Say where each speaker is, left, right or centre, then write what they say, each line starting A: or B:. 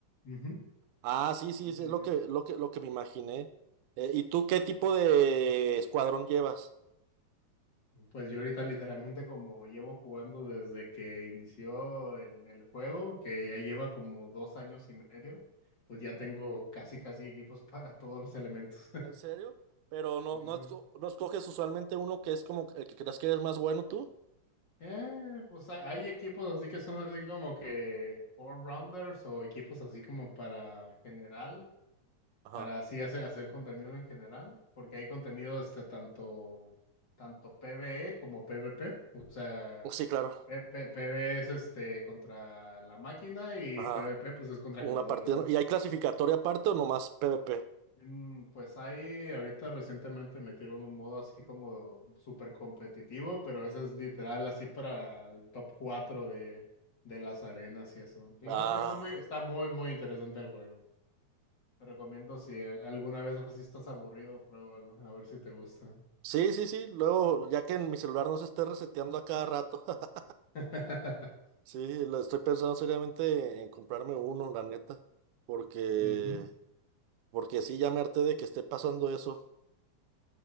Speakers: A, on the left; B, on the right.
A: Ujú.
B: Ah, sí, sí,
A: en
B: sí, es lo
A: el-
B: que, lo que, lo que me imaginé. Eh, ¿y tú qué tipo de escuadrón llevas?
A: Pues yo ahorita literalmente como llevo jugando desde que inició el, el juego, que ya lleva como dos años y medio, pues ya
B: Ujú.
A: tengo casi casi equipos <laughs> para todos los elementos.
B: ¿En serio? Pero
A: <laughs>
B: no,
A: Ujú.
B: no, esco- no escoges usualmente uno que es como el que creas que eres más bueno tú.
A: Eh, pues hay, hay equipos así que son así como que all-rounders o equipos así como para general,
B: Ajá.
A: para así hacer, hacer contenido en general, porque hay contenido este tanto, tanto PvE como PvP, o sea,
B: Sí, claro.
A: P- P- PvE es este contra la máquina y
B: Ajá.
A: PvP pues es contra
B: Una
A: jugadores,
B: partida.
A: ¿no?
B: ¿no? ¿Y hay clasificatoria aparte o nomás PvP?
A: Mm, Pues ahí ahorita recientemente metieron un modo así como súper competitivo, pero eso es literal así para el top 4 de, de las arenas y eso. Digo,
B: Ah,
A: está, está muy, está muy, muy interesante el juego. Te recomiendo si eh, alguna vez así estás aburrido, pruébalo, a ver si te gusta.
B: sí, sí, sí. Luego, ya que en mi celular no se esté reseteando a cada rato. <laughs>
A: <laughs>
B: Sí, lo estoy pensando seriamente en comprarme uno, la neta. Porque,
A: Ujú,
B: porque sí, ya me harté de que esté pasando eso.